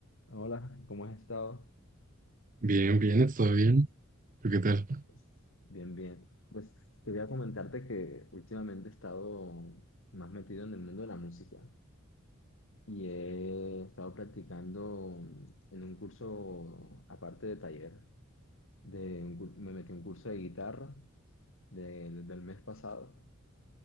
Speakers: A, on the left; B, on the right.
A: Hola, ¿cómo has estado?
B: Bien, bien, todo bien. ¿Tú qué tal?
A: Pues bien, bien. Pues quería comentarte que últimamente he estado más metido en el mundo de la música y he estado practicando en un curso, aparte de taller, de un cur- me metí a un curso de guitarra de- desde el mes pasado